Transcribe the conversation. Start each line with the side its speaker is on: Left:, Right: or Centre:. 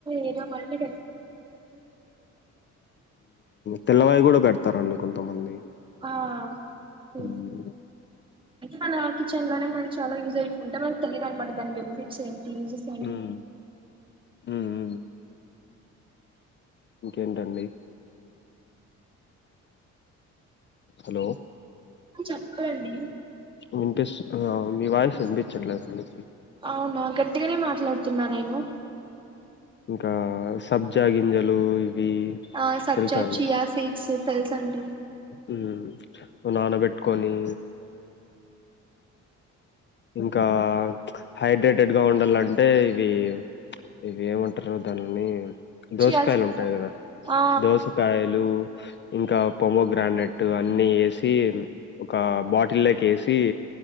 Right: ఏదో అది మళ్ళీ
Left: తెల్లవాయి కూడా పెడతారండి కొంతమంది.
Right: ఆ అే
Left: ఉమ్
Right: మన కిచెన్ లోనే మనకు చాలా యూజ్ అయింటే మనకు తెలీదు అనమా. నన్ను పంపించేయండి ప్లీజ్ <inaudible>
Left: ఉమ్ ఉమ్ ఇంకేంటండి హలో
Right: చెప్పండి
Left: వినిపి మీ వాయిస్ వినిపించట్లేదు అండి
Right: అవునా గట్టిగానే మాట్లాడుతున్నా నేను
Left: ఇంకా సబ్జా గింజలు ఇవి
Right: ఆ సబ్జా
Left: తెలుసా అ
Right: చియా సీడ్స్ తెలుస అండి
Left: నువ్వు నానబెట్టుకొని ఇంకా హైడ్రేటెడ్ గా ఉండాలంటే ఇవి ఇవి ఏమంటారు దానిన్ని దోసకాయలు
Right: చియా సీడ్స్
Left: ఉంటాయి కదా
Right: ఆ
Left: దోసకాయలు ఇంకా పమో గ్రానట్ అన్ని వేసి ఒక బాటిల్ లోకి వేసి